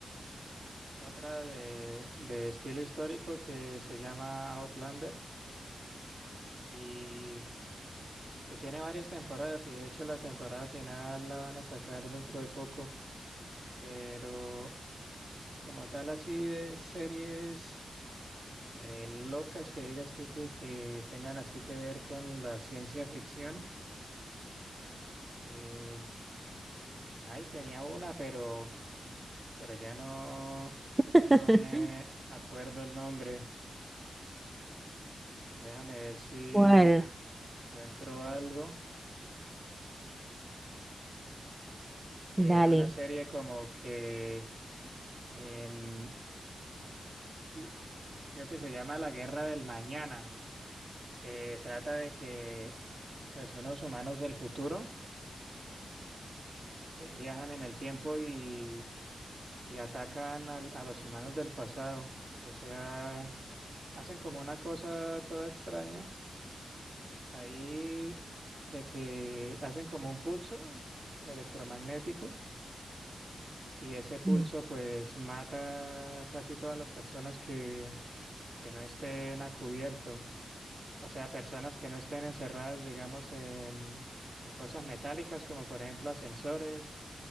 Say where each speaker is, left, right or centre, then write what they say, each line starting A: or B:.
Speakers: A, on the right; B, on the right.
A: Otra de, de estilo histórico que se llama Outlander y que tiene varias temporadas y de hecho la temporada final la van a sacar dentro de poco, pero como tal así de series re locas que digas tú que, que tengan así que ver con la ciencia ficción. eh, Ay, tenía una, pero pero ya no,
B: <laughs>
A: no me acuerdo el nombre. Déjame ver si
B: ¿Cuál?
A: encuentro algo, que
B: Dale.
A: era una serie como que en, l- creo que se llama La Guerra del Mañana, que trata de que pues unos humanos del futuro eh, viajan en el tiempo y, y atacan al- a los humanos del pasado. O sea, hacen como una cosa toda extraña. Ahí de que hacen como un pulso electromagnético y ese pulso
B: Mm.
A: pues mata casi todas las personas que, que no estén a cubierto. O sea, personas que no estén encerradas, digamos, en, en cosas metálicas como por ejemplo ascensores